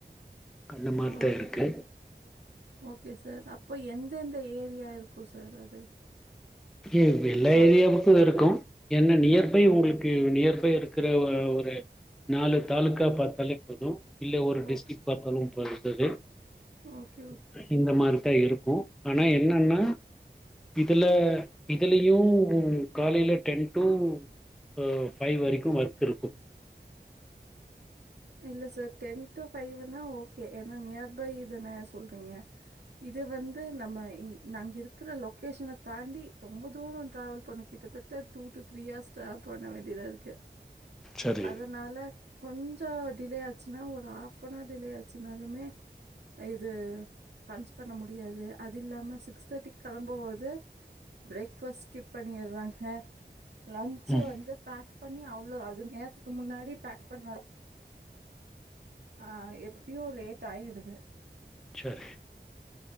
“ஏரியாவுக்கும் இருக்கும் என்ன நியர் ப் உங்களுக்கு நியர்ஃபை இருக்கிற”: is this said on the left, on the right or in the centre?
Centre